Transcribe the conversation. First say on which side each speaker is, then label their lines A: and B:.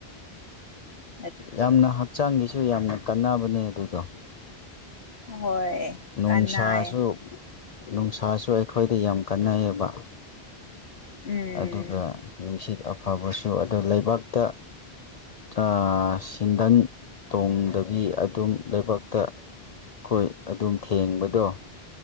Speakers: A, on the left; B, on the left.
A: ꯑ
B: ꯌꯥꯝꯅ ꯍꯛꯆꯥꯡꯒꯤꯁꯨ ꯌꯥꯝꯅ ꯀꯥꯟꯅꯕꯅꯦ ꯑꯗꯨꯗꯣ
A: ꯍꯣꯏ
B: ꯅꯨꯡꯁꯥꯁꯨ
A: ꯀꯅꯥꯏ
B: ꯅꯨꯡꯁꯥꯁꯨ ꯑꯩꯈꯣꯏꯗ ꯌꯥꯝ ꯀꯥꯟꯅꯩꯌꯦꯕ
A: ꯎꯝ
B: ꯑꯗꯨꯒ ꯅꯨꯡꯁꯤꯠ ꯑꯐꯕꯁꯨ ꯑꯗꯣ ꯂꯩꯕꯥꯛꯇ ꯑ ꯁꯤꯟꯗꯟ ꯇꯣꯡꯗꯕꯤ ꯑꯗꯨꯝ ꯂꯩꯕꯛꯇ ꯑꯩꯈꯣꯏ ꯑꯗꯨꯝ ꯊꯦꯡꯕꯗꯣ